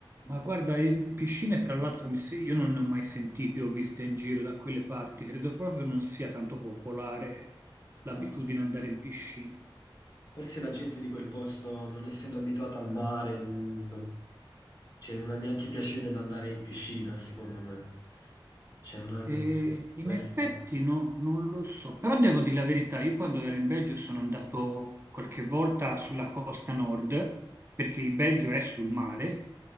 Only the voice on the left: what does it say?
No.
Forse la gente di quel posto, non essendo abituata al mare, mm, non, cioè, non ha neanche piacere di andare in piscina, secondo me. Cioè, non hanno
questo.